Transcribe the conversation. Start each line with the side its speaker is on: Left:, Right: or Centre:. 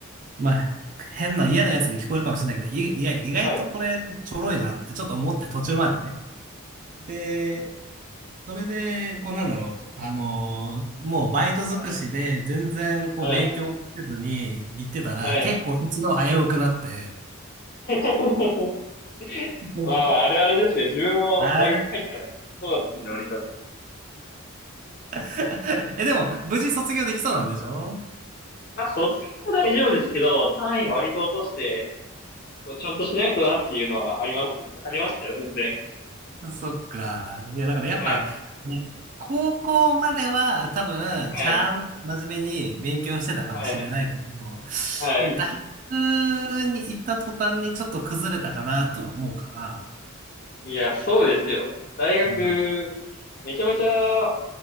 Right: まあ、変な嫌なやつに聞こえるかもしれないけど、い、いや、意外とこれちょろいなってちょっと思って途中までね。
Left: はい。
Right: で、それで、こうなんだろう、あのーもうバイト尽くしで全然こう勉強もせずに行ってたら、
Left: はい。はい。はい。
Right: 結構卒業危うくなって、
Left: はい <laughs>
Right: <laughs>
Left: まあまあ、あるあるですよ。自分も大学入ったらそうだったんで、
Right: あれ
Left: 割と。
Right: <laughs> え、でも、無事卒業できそうなんでしょ
Left: まあ、卒業は大丈夫ですけど、単位割と落として、こうちゃんとしないとなっていうのはあります。ありましたよ、全然。
Right: そっか。いや、だからやっぱ、
Left: はい。
Right: ね、高校までは多分、
Left: はい。
Right: ちゃん、真面目に勉強してたかもしれないけども、
Left: はい。はい。
Right: 大学に行った途端にちょっと崩れたかなとは思うから、
Left: いや、そうですよ。大学、
Right: うん、
Left: めちゃめちゃ